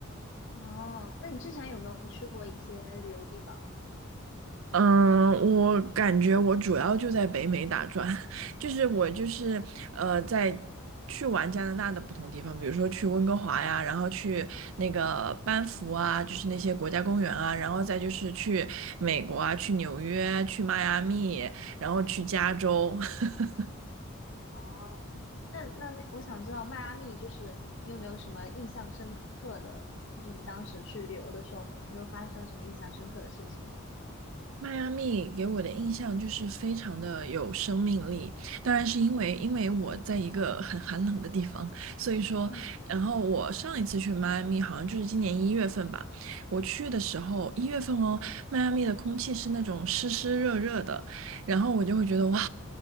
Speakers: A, on the left (about 55°); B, on the right (about 70°).
A: 哦，那你之前有没有去过一些旅游地方？
B: 嗯，我感觉我主要就在北美打转，<laughs> 就是我就是呃在去玩加拿大的不同地方，比如说去温哥华呀，然后去那个班夫啊，就是那些国家公园啊，然后再就是去美国啊，去纽约啊，去迈阿密，然后去加州。<laughs>
A: 哦，那那那，我想知道迈阿密就是你有没有什么印象深刻的，就是你当时去旅游的时候，有没有发生什么印象深刻的事情？
B: 迈阿密给我的印象就是非常的有生命力，当然是因为因为我在一个很寒冷的地方，所以说，
A: 嗯，
B: 然后我上一次去迈阿密好像就是今年一月份吧，我去的时候一月份哦，迈阿密的空气是那种湿湿热热的，然后我就会觉得哇，